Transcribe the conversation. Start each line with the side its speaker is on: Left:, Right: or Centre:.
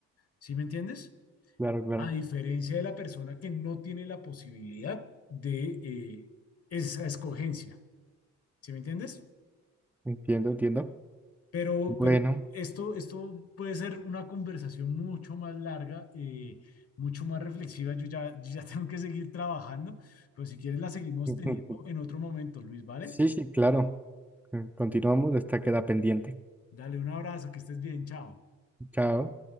Left: ¿Sí me entiendes?
Centre: claro, claro.
Left: A diferencia de la persona que no tiene la posibilidad de eh, esa escogencia. ¿Sí me entiendes?
Centre: Entiendo, entiendo.
Left: Pero,
Centre: Bueno,
Left: pero esto, esto puede ser una conversación mucho más larga, eh, mucho más reflexiva. Yo ya, yo ya <laughs> tengo que seguir trabajando, pero si quieres la seguimos
Centre: <laughs>
Left: teniendo en otro momento, Luis, ¿vale?
Centre: sí, sí, claro. Eh, Continuamos, esta queda pendiente.
Left: Dale un abrazo, que estés bien, chao.
Centre: Chao.